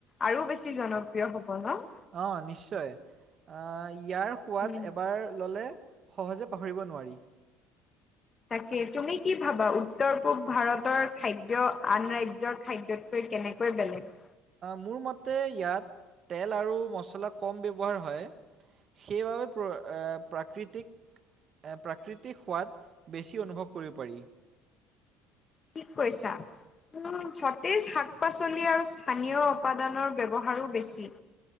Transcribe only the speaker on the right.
অ' নিশ্চয় ইয়াৰ সোৱাদ
এবাৰ। ল'লে সহজে পাহৰিব নোৱাৰি
মোৰ মতে ইয়াত তেল আৰু মছলা কম ব্যৱহাৰ হয়। সেইবাবে প্ৰ প্ৰাকৃতিক। প্ৰাকৃতিক সোৱাদ বেছি অনুভৱ কৰিব পাৰি।